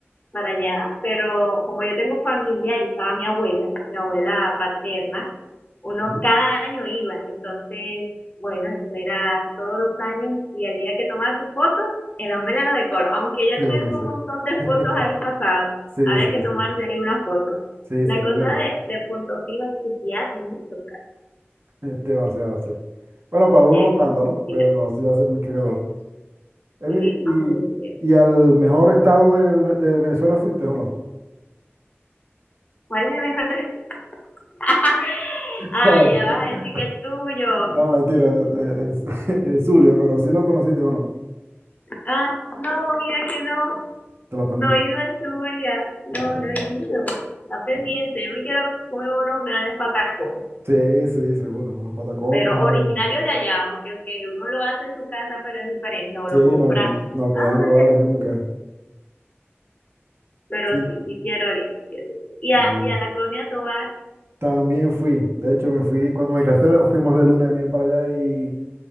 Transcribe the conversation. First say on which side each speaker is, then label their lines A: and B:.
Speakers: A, on the left; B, on the right.
A: para allá, pero como yo tengo familia y estaba mi abuela, mi abuela paterna, uno
B: Ujú, ujú.
A: cada año iba, entonces, bueno, eso era todos los años y había que tomarse fotos en los melanos de coro, aunque ya
B: Sí,
A: tuviese un
B: sí.
A: montón de
B: <laughs>
A: fotos ahí pasadas,
B: Sí,
A: había
B: sí,
A: que tomarse
B: sí.
A: ahí una foto.
B: Sí,
A: La
B: seguro.
A: cosa de, de punto fijo es que sí hace mucho
B: <laughs> Demasiado, sí. Bueno, para uno
A: eso
B: no tanto,
A: es muy
B: ¿no?
A: cierto,
B: Pero no, sí hace mucho calor. Emily,
A: sí,
B: ¿y,
A: vamos a decir.
B: y al mejor estado del- de, Venezuela fuiste o no?
A: ¿Cuál es el mejor? <laughs>
B: <laughs>
A: Ay, ya vas a decir que el tuyo.
B: No, mentira, es, es- <laughs> es Zulia, pero sí lo conociste o no.
A: Ah, no, mira que no.
B: Te lo perdiste.
A: No he ido a Zulia,
B: Ah,
A: no, no he ido. Está pendiente,
B: ah.
A: yo me quiero comer unos grandes patacones,
B: sí, sí, seguro. Unos patacones,
A: pero
B: unos-
A: originarios de allá, porque okay, uno lo hace en su casa, pero es diferente, o
B: Sí,
A: lo compra,
B: no, que- no quedan
A: ah,
B: iguales
A: de
B: nunca.
A: Zulia. Pero
B: Sí, no.
A: sí, sí quiero ir, sí quiero ir. Y a,
B: Ah,
A: y a la colonia Tobar,
B: también fui. De hecho, me fui cuando me casé, <laughs> fuimos de luna de miel para allá y